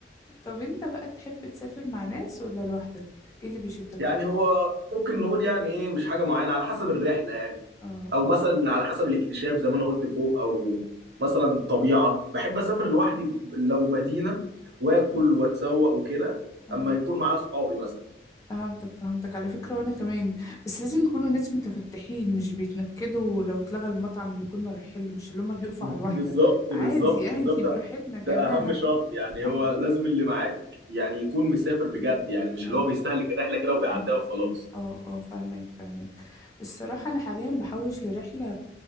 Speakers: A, on the left; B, on the right.
A: طب أنت بقى تحب تسافر مع ناس ولا لوحدك؟ إيه اللي بيشدك
B: يعني
A: أكتر؟
B: هو ممكن نقول يعني ايه مش حاجه معينه على حسب الرحله يعني
A: اه
B: او
A: اه
B: مثلا على حسب الاكتشاف زي ما انا قلت فوق او مثلا الطبيعه بحب اسافر لوحدي لو مدينه واكل
A: آه،
B: واتسوق وكده
A: فهمتك
B: اما يكون معايا اصحابي مثلا
A: فهمتك فهمتك على فكرة وأنا كمان بس لازم يكونوا ناس متفتحين مش بيتنكدوا لو اتلغى المطعم اللي كنا رايحين له مش اللي هما بيقفوا
B: <laughs>
A: على الواحدة
B: بالظبط
A: عادي
B: بالظبط
A: يعني
B: بالظبط
A: <laughs>
B: ده
A: براحتنا يا جماعة
B: ده اهم شرط يعني
A: أيوه
B: هو لازم اللي معاك يعني يكون مسافر بجد يعني مش
A: اه
B: اللي هو بيستهلك الرحله كده وبيعديها
A: آه.
B: وخلاص
A: اه اه فاهمك فاهمك الصراحة أنا حاليا بحوش لرحلة